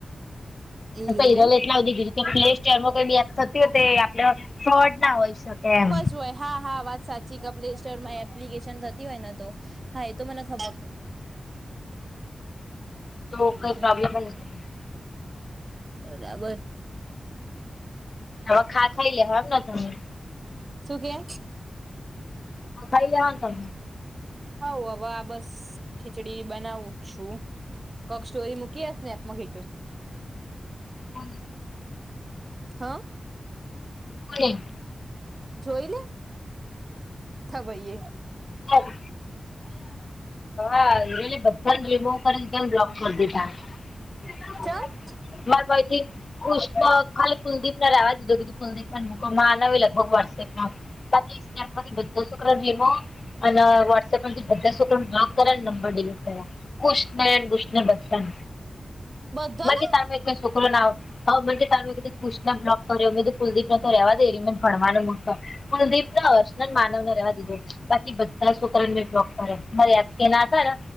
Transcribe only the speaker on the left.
કરલ
એટલા બધી ગઈ કે, પ્લે સ્ટેરમાં કઈ બ થતી હોય, એ આપડે ફ્રોડ ના હોય. સ્કેમ.
તો
કઈ પ્રોબ્લેમ? નહી
હ, ખા ખાઈ લેવાય એમ. હમ.
હ, ખાઈ લ હોને તમે.
હમ.
પને.
હા. અલી બધા રિમૂવ કરી દીધાને, બ્લોક કરી દીધા. હ.
બરબાઈ થી. ખુશ તો ખાલી કુલદીપ ના રહેેવા દીધું-કીધું, કુલદીપ ના મૂ ન લગભગ વોટ્સએપમાં. છ સ્કમાંથી બધો શુક્ર જમો. અને વોટસએપમાંથી બધા છોક બ્લોક કર્યા, નંબર ડિલીટ કર્યા. ક
મ તમે છોકરો ના <unintelligible> હ, મને તમે કુશના બ્લોગ કર્યો, મે કુલદીપ ના તો ર રહેવા દે, ર મને ભણવાનું મૂ કુલદીપ ના વર્ષન માનવને રવા દીધું, બાકી બધું. એ સુકરંદબી ડોક્ટરે બરે આ કે ના કરે.